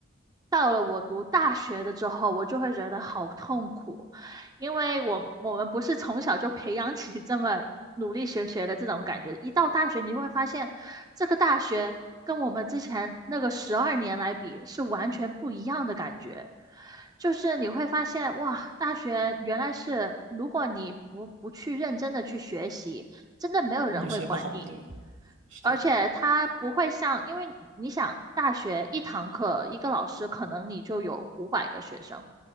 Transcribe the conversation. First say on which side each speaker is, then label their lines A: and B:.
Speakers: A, on the right; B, on the right.
A: 到了我读大学的之后，我就会觉得好痛苦，因为我我们不是从小就培养起这么努力学学的这种感觉，一到大学你会发现，这个大学跟我们之前那个十二年来比是完全不一样的感觉。就是你会发现，哇，大学原来是，如果你不不去认真的去学习，真的没有人会管你。
B: 你也学不好，对，是这样的，
A: 而且他不会像，因为你想，大学一堂课一个老师可能你就有五百个学生，